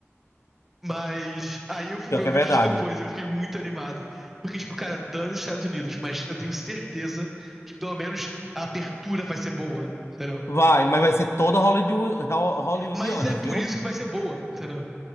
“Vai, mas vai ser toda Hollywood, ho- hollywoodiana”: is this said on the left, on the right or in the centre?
Left